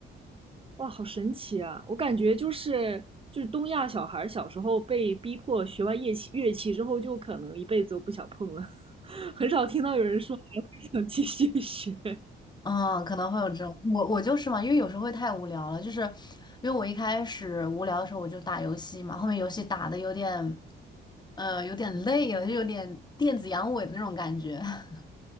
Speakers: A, on the right; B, on the left.
A: 哇，好神奇啊！我感觉就是就是东亚小孩儿小时候被逼迫学完乐器乐器之后，就可能一辈子都不想碰了，<laughs> 很少听到有人说还会想 <laughs> 继续学
B: 嗯，可能会有这种，我我就是嘛，因为有时候会太无聊了，就是因为我一开始无聊的时候我就打游戏嘛，后面游戏打的有点，呃，有点累了，就有点电子阳痿的那种感觉。<laughs>